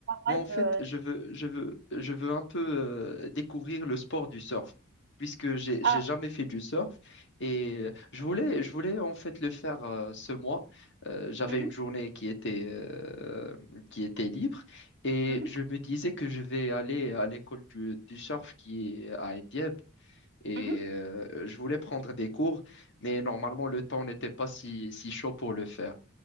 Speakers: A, on the left (about 60°); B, on the right (about 55°).
A: moi,
B: la
A: en
B: vibe.
A: fait,
B: euh,
A: je veux, je veux, je veux un peu euh, découvrir le sport du surf, puisque j'ai,
B: Ah.
A: j'ai jamais fait du surf et euh, je voulais, je voulais en fait le faire euh, ce mois. Euh, j'avais
B: mhm.
A: une journée qui était, euh, qui était libre et
B: Mhm,
A: je me disais que je vais aller à l'école du, du surf qui est à Indieb. Et
B: mhm.
A: euh, je voulais prendre des cours, mais normalement le temps n'était pas si, si chaud pour le faire.